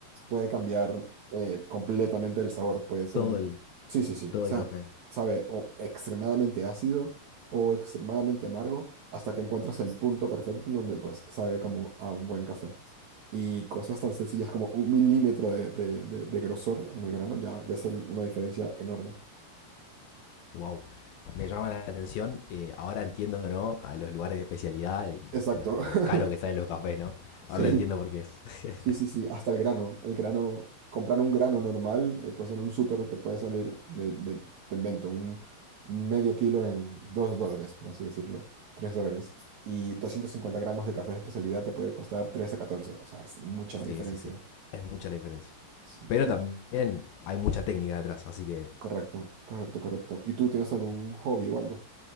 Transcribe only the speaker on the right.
puede cambiar eh, completamente el sabor. Puede ser
un...
Sí, sí, sí.
sa-
sabe o extremadamente ácido o extremadamente amargo hasta que encuentras el punto perfecto en donde pues sabe como a un buen café. Y cosas tan sencillas como un milímetro de, de- de- de grosor en el grano ya, ya es el- una diferencia enorme.
Exacto.
<laughs>
Sí.
Sí, sí, sí, hasta el grano. El grano, comprar un grano normal, eh, pues en un súper te puede salir, me- me- te invento, un medio kilo en dos dólares, por así decirlo, tres dólares. Y 250 gramos de café de especialidad te puede costar 13 a catorce O sea, es mucha
la diferencia.
Sí.
Y,
correcto, correcto, correcto. ¿Y tú tienes algún hobby o algo?